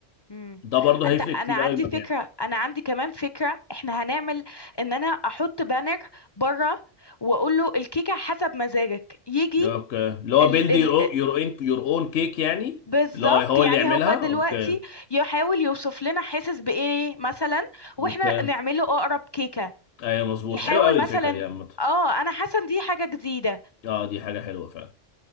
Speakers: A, on the left; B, on the left.
A: امم
B: ده برضه هيفرق
A: انت انا
B: كتير
A: عندي
B: قوي المكان
A: فكره انا عندي كمان فكره احنا هنعمل ان انا احط بانر بره واقول له الكيكه حسب مزاجك يجي
B: اوكي اللي هو
A: ال
B: بيلد
A: ال
B: يور اون يور اون كيك يعني
A: بالظبط
B: اللي هو هو
A: يعني
B: اللي يعملها
A: هو دلوقتي
B: اوكي
A: يحاول يوصف لنا حاسس بايه مثلا واحنا
B: اوكي
A: نعمله اقرب كيكه
B: ايوه مظبوط
A: يحاول
B: حلو قوي الفكرة
A: مثلا
B: دي عامة
A: اه انا حاسه إن دي حاجه جديده
B: اه دي حاجة حلوة فعلا